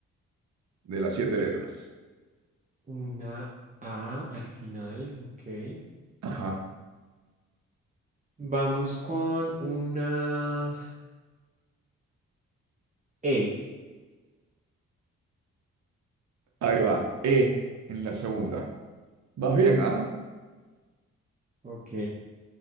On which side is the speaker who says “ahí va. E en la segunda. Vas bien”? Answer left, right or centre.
Right